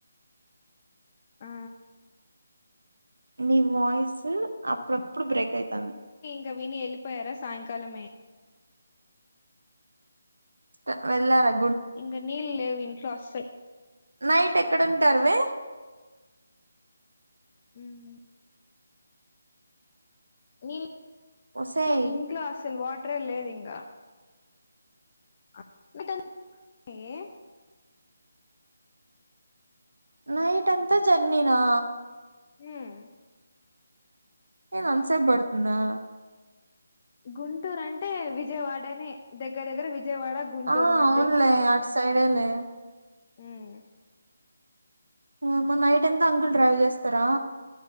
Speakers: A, on the left; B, on the right.
A: ఆ
B: నీ వాయిస్ అప్పుడప్పుడు బ్రేక్ అయితాంది
A: ఇక విని వెళ్ళిపోయారా సాయంకాలమే
B: ఆ వెళ్ళారు అ
A: ఇంగ నీళ్ళు లేవు ఇంట్లో అసలు
B: నైట్ ఎక్కడ ఉంటారు వే
A: ఉమ్ నీ ళ్ళు
B: ఒసేయ్
A: ఇంట్లో అసలు వాటరే లేదు ఇంకా ఆ నీ ఏ
B: నైట్ అంతా జర్నీనా
A: హుమ్
B: ఏంది అంత సేపు పడుతుందా
A: గుంటూరు అంటే విజయవాడని దగ్గర దగ్గర విజ విజయవాడ గుంటూరు
B: ఆ
A: మధ్యలో
B: అవునులే అటు సైడేలే
A: ఉమ్
B: నీ అమ్మ నైట్ ఎంత అంకుల్ డ్రైవ్ చేస్తారా